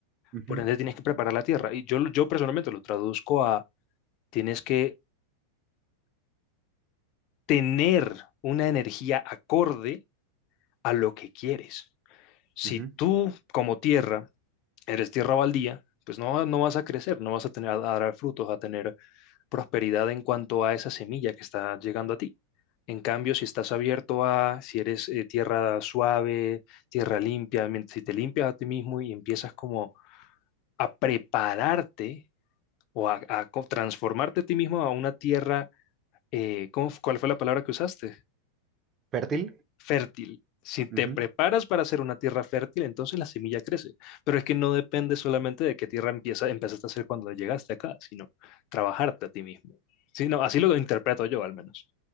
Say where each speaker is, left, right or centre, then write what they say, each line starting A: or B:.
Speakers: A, on the right; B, on the left.
A: ujú,
B: Por ende, tienes que preparar la tierra. Y yo, lo- yo personalmente lo traduzco a tienes que tener una energía acorde a lo que quieres. Si
A: ujú.
B: tú como tierra eres tierra baldía, pues no, no vas a crecer, no vas a tener a dar frutos, a tener prosperidad en cuanto a esa semilla que está llegando a ti. En cambio, si estás abierto a, si eres eh, tierra suave, tierra limpia, mien- si te limpias a ti mismo y empiezas como a prepararte o a, a co- transformarte a ti mismo a una tierra, eh, ¿cómo f- ¿cuál fue la palabra que usaste?
A: Fértil.
B: fértil. Si te
A: Ujú.
B: preparas para hacer una tierra fértil, entonces la semilla crece. Pero es que no depende solamente de qué tierra empieza, empezaste a hacer cuando llegaste acá, sino trabajarte a ti mismo. Sí, no, así lo interpreto yo al menos.